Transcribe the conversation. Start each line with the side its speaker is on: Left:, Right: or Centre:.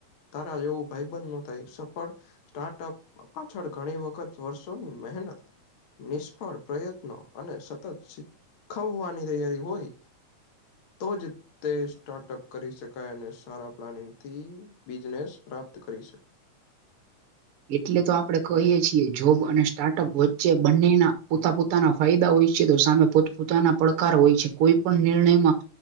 Left: તારા જેવું ભાઈ બંધ ન થાય સફળ ટાટઅપ પાછળ ઘણી વખત વર્ષોની મહેનત નિષ્ફળ પ્રયત્નો અને સતત ખ્ખવવાની તૈયારી હોય, તો જ તે ટાટઅપ કરી શકાય અને સારા પ્લાનિંગ થી બિઝનેસ પ્રાપ્ત કરી શ
Right: એટલે તો આપડે કહીએ છીએ, જોબ અને સ્ટાર્ટઅપ વચ્ચે બંનેના પોતા પોત તાના ફાયદા હોય છે, તો સામે પોત પોતાના પડકાર હોય છે. કોઈ પણ નિર્ણયમાં